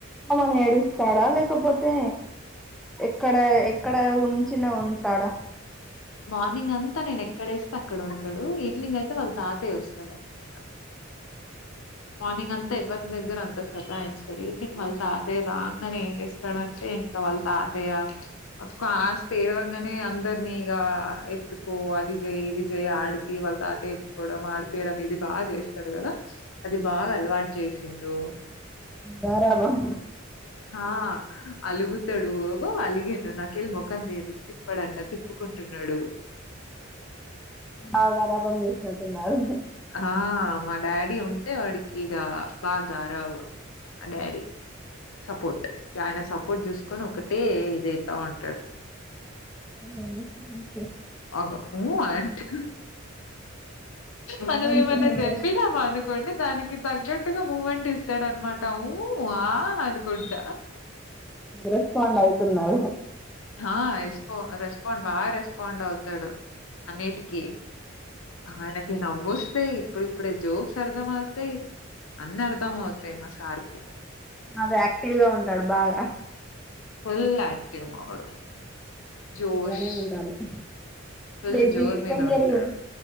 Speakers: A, in the centre; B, on the left (about 80°).
A: మన ఏడుస్తాడా లేకపోతే ఎక్కడ ఎ ఎక్కడ ఉంచిన ఉంటాడా
B: మార్నింగ్ అంత నేను ఎక్కడేస్తే అక్కడ ఉంటడు ఈవినింగ్ అయితే వాళ్ళ తాతయ్య వస్తడు అన్నమాట మార్నింగ్ అంతా ఎవ్వర్ రి దగ్గర అంత సతాయించడు ఈవినింగ్ వాళ్ళ తాతయ్య రాంగనే ఏం చేస్తడంటే ఇంకా వాళ్ళ తాతయ్య ఆ ఫాస్ట్ ఏడవంగనే అందరినీ ఇక ఎత్తుకో అది చెయి ఇది చెయి ఆడిపియీ వాళ్ళ తాత ఎత్టుకోవడం ఆడిపియడం ఇది బాగా చేస్తరు కదా అది బాగా అలవాటు చేసిండు
A: గారాబం
B: అ అలుగుతడు అగో అలిగిండు నాకేలి ముఖం తిప్పడంట తిప్పుకుంటున్నడు
A: బాగ గారాబం చేసినట్టున్నారు
B: ఆ మ డాడీ ఉంటే వాడికి ఇక బాగా గారాబం ఆ డాడీ సపోర్ట్ ఇగ ఆయన సపోర్ట్ చూసుకొని ఒకటే ఇదయితా ఉంటడు
A: ఉహు ఓకే
B: అగో ఊ అంటా మనం
A: అంటున్నాడా
B: ఏమన్నా చెప్పినమనుకోండి దానికి తగ్గట్టు ట్టుగా మూమెంట్ ఇస్తడన్నమాట ఊ ఆ అనుకుంటా
A: రెస్పాండ్ అయితున్నడు
B: ఆ రెస్పా రెస్పాండ్ బాగా రెస్పాండ్ అవుతడు అన్నిటికీ అయినకి నవ్వొస్తే ఇప్పుడిప్పుడే జోక్స్ అర్థం అవుతయి అన్నీ అర్ధం అవుతయి మా సార్కి
A: అదే యాక్టివ్గా ఉంటాడు బాగా
B: ఫుల్ ఆక్టివ్ మావోడు జోష్
A: అలానే ఉండాలి
B: ఫుల్
A: <unintelligible>
B: జోర్ మీద
A: కొందరు
B: ఉంటాడు.